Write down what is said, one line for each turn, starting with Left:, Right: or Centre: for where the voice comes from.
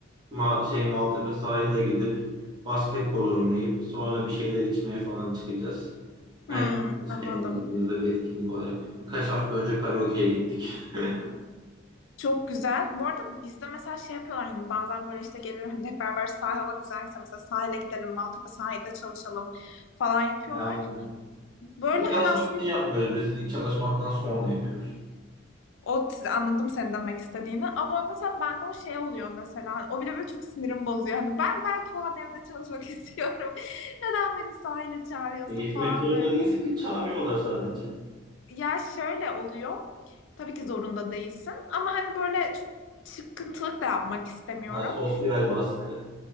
Right: Ma şey Maltepe sahile gidip basketbol oynayıp sonra bir şeyler içmeye falan çıkacağız.
Left: Hmm,
Right: Yani biz
Left: anladım.
Right: kendi aramızda bir etkinlik olarak. Birkaç hafta önce karaoke'ye gittik. <laughs>
Left: Çok güzel. Bu arada bizde mesela şey yapıyorlar hani bazen böyle işte gelin hani hep beraber sahil hava güzelse mesela sahile gidelim, Maltepe sahilde çalışalım falan yapıyorlar.
Right: Yani
Left: Böyle
Right: biz çalışmak
Left: hani aslında
Right: için yapmıyoruz. Biz çalışmaktan sonra yapıyoruz.
Left: o anladım senin demek istediğini ama mesela bende o şey oluyor mesela hani o bile böyle çok sinirim bozuyor. Hani ben belki o an evde çalışmak <laughs> istiyorum. Neden beni sahile çağırıyorsun
Right: E, Gitmek
Left: falan
Right: yerine
Left: böyle.
Right: değilse ki çağırıyorlar sadece.
Left: Ya şöyle oluyor. Tabii ki zorunda değilsin ama hani böyle çok çıkıntılık da yapmak istemiyorum.
Right: Ya sosyal baskı.